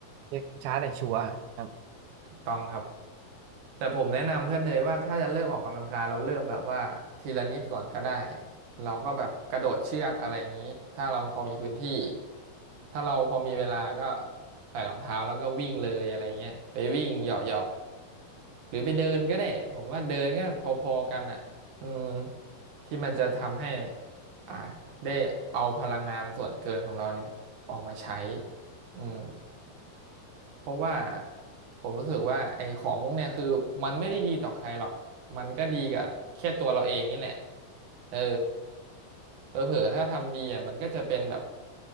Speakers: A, on the right; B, on the right.
A: เช็คช้าแต่ชัวร์ครับ
B: ต้องครับแต่ผมแนะนำเพื่อนเนยว่าถ้าจะเริ่มออกกำลังกายเราเริ่มแบบว่าทีละนิดก่อนก็ได้เราก็แบบกระโดดเชือกอะไรอย่างนี้ถ้าเราพอมีพื้นที่ถ้าเราพอมีเวลาก็ใส่รองเท้าแล้วก็วิ่งเลยอะไรเงี้ยไปวิ่งเหยาะเหาะ หรือไปเดินก็ได้ผมว่าเดินก็พอๆกันอ่ะอืมที่มันจะทำให้อ่าได้เอาพลังงานส่วนเกินของเราเนี่ยออกมาใช้อืมเพราะว่าผมรู้สึกว่าไอ้ของพวกเนี่ยคือมันไม่ได้ดีต่อใครหรอกมันก็ดีกับแค่ตัวเราเองนี่แหละเออเผลอๆถ้าทำดีอ่ะมันก็จะเป็นแบบ